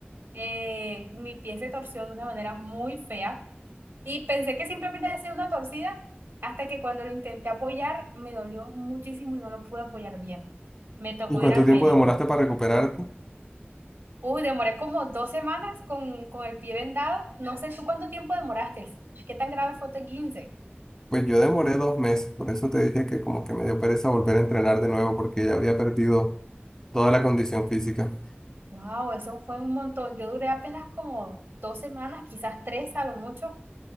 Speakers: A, on the right (about 65°); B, on the left (about 15°).
A: eh, mi pie se torció de una manera muy fea y pensé que simplemente había sido una torcida hasta que cuando lo intenté apoyar me dolió muchísimo y no lo pude apoyar bien. Me tocó
B: ¿Y cuánto
A: ir al
B: tiempo
A: médico.
B: demoraste para recuperarte?
A: Uy, demoré como dos semanas con, con el pie vendado. No sé tú cuánto tiempo demoraste. ¿Qué tan grave fue tu quince
B: Pues yo demoré dos meses, por eso te dije que como que me dio pereza volver a entrenar de nuevo porque ya había perdido toda la condición física.
A: Wow, eso fue un montón. Yo duré apenas como dos semanas, quizás tres a lo mucho,